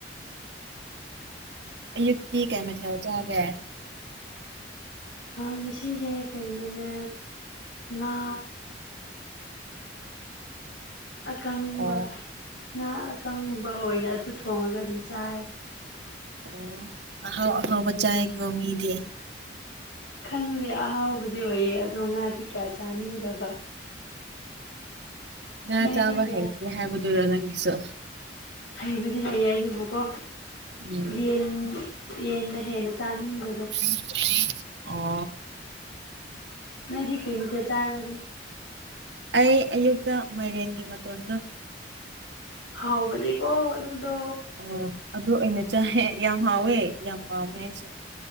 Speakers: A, on the left; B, on the right.
A: <unintelligible>
B: ꯑꯌꯨꯛꯇꯤ ꯀꯩ ꯃꯊꯦꯜ ꯆꯥꯒꯦ꯫
A: ꯉꯁꯤꯁꯦ ꯀꯩꯅꯣꯅꯦ ꯉꯥ꯫ ꯑꯀꯪꯕ
B: ꯑꯣ
A: ꯉꯥ ꯑꯀꯪꯕ ꯑꯣꯏꯅ ꯑꯗꯨ ꯊꯣꯡꯉꯒ ꯑꯗꯨꯝ ꯆꯥꯏꯌꯦ
B: ꯑꯣ ꯑꯍꯥꯎ ꯑꯍꯥꯎꯕ ꯆꯥꯏꯌꯦꯀꯣ ꯃꯤꯗꯤ
A: ꯈꯪꯗꯦ ꯑꯍꯥꯎꯕꯗꯤ ꯑꯣꯏꯌꯦ ꯑꯗꯣ ꯉꯥꯗꯤ ꯀꯌꯥ ꯆꯥꯅꯤꯡꯗꯕ
B: ꯉꯥ
A: ꯅꯣꯏꯗꯤ
B: ꯆꯥꯕ
A: ꯀꯌꯥ
B: ꯍꯦꯛꯒꯦ ꯍꯥꯏꯕꯗꯨꯔꯣ ꯅꯪꯁꯨ꯫
A: ꯍꯩꯕꯨꯗꯤ ꯍꯩꯌꯦ ꯑꯗꯨꯕꯨꯀꯣ
B: ꯎꯝ
A: ꯌꯦꯟ ꯌꯦꯟꯅ ꯍꯦꯟꯅ ꯆꯥꯅꯤꯡꯕꯗꯣ꯫
B: <unintelligible> ꯑꯣ
A: ꯅꯣꯏꯗꯤ ꯀꯩ ꯃꯊꯦꯜ ꯆꯥꯔꯒꯦ꯫
B: ꯑꯩ ꯑꯌꯨꯛꯇ ꯃꯥꯏꯔꯦꯟꯒꯤ ꯃꯇꯣꯟꯗꯣ
A: ꯍꯥꯎꯕꯅꯦ ꯀꯣ ꯑꯗꯨꯗꯣ
B: ꯑꯣ ꯑꯗꯨ ꯑꯣꯏꯅ ꯆꯥꯏ ꯌꯥꯝ ꯍꯥꯎꯋꯦ ꯌꯥꯝ ꯄꯥꯝꯃꯦ ꯑꯩꯁꯨ꯫